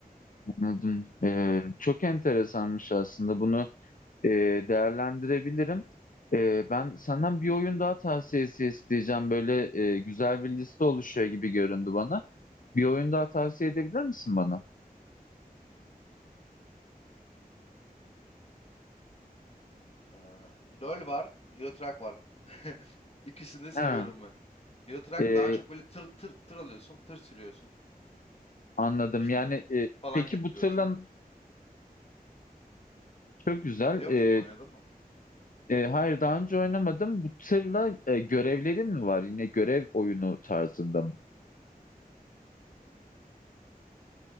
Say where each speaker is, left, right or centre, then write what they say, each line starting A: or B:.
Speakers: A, on the left; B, on the left.
A: anladım. E, çok enteresanmış aslında
B: Öyle.
A: bunu. e, değerlendirebilirim. E, ben senden bir oyun daha tavsiyesi isteyeceğim. Böyle e, güzel bir liste oluşuyor gibi göründü bana. Bir oyun daha tavsiye edebilir misin bana?
B: Ee, LoL var, Euro Truck var. <laughs> İkisini de seviyorum
A: Ha,
B: ben. Euro Truck
A: e,
B: daha çok böyle tır tır tır alıyorsun, tır sürüyorsun.
A: anladım.
B: İşte
A: Yani
B: yük
A: e,
B: falan
A: peki
B: getiriyorsun.
A: bu tırla çok güzel.
B: Biliyor
A: E,
B: musun oynadın mı?
A: e, hayır daha önce oynamadım. Bu tırla e, görevlerin mi var? Yine görev oyunu tarzında mı?